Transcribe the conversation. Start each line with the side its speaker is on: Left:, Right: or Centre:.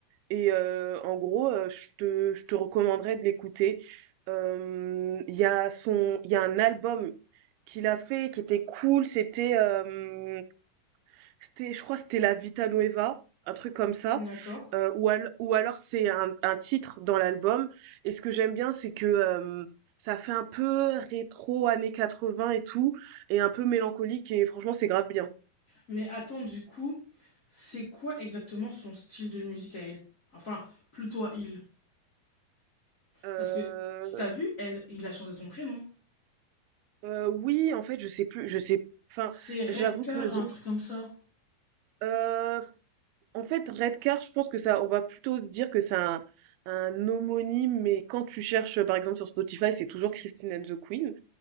Right: Et heu, en gros, heu, je te je te recommanderais de l'écouter. Hem, il y a son il y a un album qu'il a fait qui était cool, c'était, hem, c'était je crois que c'était La Vita Nueva, un truc comme ça,
Left: D'accord.
Right: heu, ou al ou alors c'est un un titre dans l'album et ce que j'aime bien, c'est que, hem, ça fait un peu rétro années 80 et tout et un peu mélancolique et franchement, c'est grave bien.
Left: Mais attends, du coup, c'est quoi exactement son style de musique à elle? Enfin, plutôt à il.
Right: Heu
Left: Parce que si t'as vu, elle, il a changé son prénom.
Right: heu, oui, en fait, je sais plus je sais enfin,
Left: C'est Redcar,
Right: j'avoue que les
Left: un truc comme ça.
Right: Heu, en fait, Redcar, je pense que ça on va plutôt se dire que c'est un un homonyme, mais quand tu cherches, par exemple sur Spotify, c'est toujours Christine and the Queen.